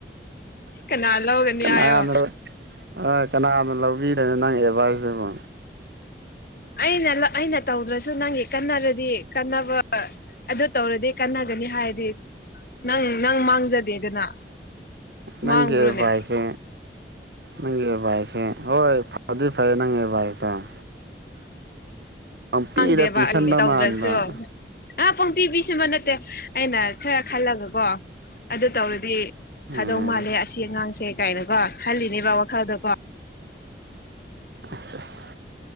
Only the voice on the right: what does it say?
ꯀꯅꯥꯅ
ꯍꯣꯏ ꯀꯅꯥꯅ ꯂꯧꯕꯤꯔꯅꯤ ꯅꯪ ꯑꯦꯗꯚꯥꯏꯁꯇꯨꯕꯣ
ꯅꯪꯒꯤ
ꯑꯦꯗꯚꯥꯏꯁꯁꯦ ꯅꯪꯒꯤ ꯑꯦꯗꯚꯥꯏꯁꯁꯦ ꯍꯣꯏ ꯐꯗꯤ ꯐꯩ ꯅꯪ ꯑꯦꯗꯚꯥꯏꯁꯇꯣ <unintelligible> ꯄꯪꯄꯤꯗ
ꯄꯤꯁꯟꯕ ꯃꯥꯟꯕ
ꯎꯝ
ꯑꯁ ꯑꯁ